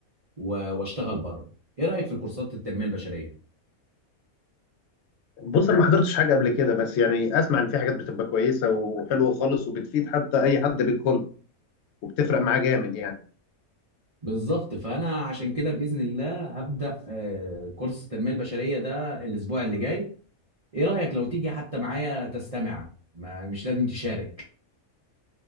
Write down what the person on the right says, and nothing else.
و- واشتغل بره ايه رأيك في الكورسات التنمية البشرية
بالظبط فانا عشان كده باذن الله هبدا آه، كورس التنميه البشريه ده الاسبوع اللي جاي ايه رأيك لو تيجي حتى معايا تستمع ما مش لازم تشارك